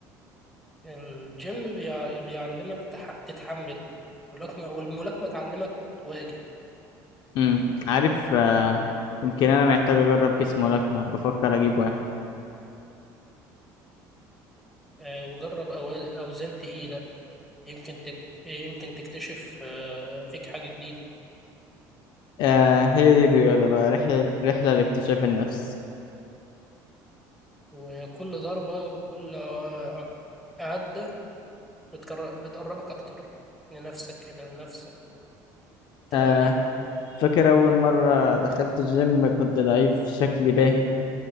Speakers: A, in the centre; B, on the left.
A: الجيم بيع... بيعلمك تح... تتحمل والملاكمة والملاكمة تعلمك تواجه
B: امم عارف آه يمكن أنا محتاج أجرب كيس ملاكمة بفكر أجيب واحد
A: آه، وجرب أو- أوزان تقيلة يمكن تك... يمكن تكتشف آه، فيك حاجة جديدة
B: آه هي دي الرياضة بقى رحلة رحلة لاكتشاف النفس
A: وكل ضربة وكل آه، عدة بتكر... بتقربك أكتر لنفسك إلى نفسك تبقى
B: آه
A: عليها
B: فاكر أول مرة دخلت الجيم كنت ضعيف شكلي باهت